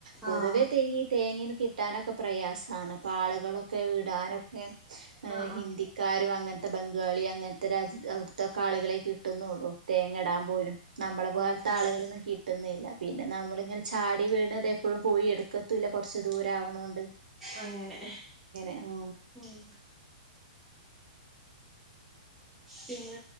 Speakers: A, on the right (about 80°); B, in the centre.
A: പൊതുവെ
B: ആഹ്
A: തേങ്ങ തേങ്ങീന്ന് കിട്ടാനൊക്കെ പ്രയാസമാണ് ഇപ്പൊ ആളുകളൊക്കെ വിടാനൊക്കെ്
B: ആഹ് ആഹ്
A: ഹിന്ദിക്കാരും അങ്ങനത്തെ ബംഗാളി അങ്ങനത്തെ രാജ്യത്ത് അവിടുതൊക്കെ ആളുകളെ കിട്ടുന്നുള്ളൂ തേങ്ങടാൻ പോലും നമ്മളെ പോലത്തെ
B: അത് ശരി
A: ആളുകളൊന്നും കിട്ടുന്നില്ല പിന്നെ നമ്മളിങ്ങനെ ചാടി വീണത് എപ്പോഴും പോയി എടുക്കത്തല്ല കുറച്ച് ദൂരവണൊണ്ട്
B: അങ്ങനെ
A: ഓ
B: ഉം പിന്നെ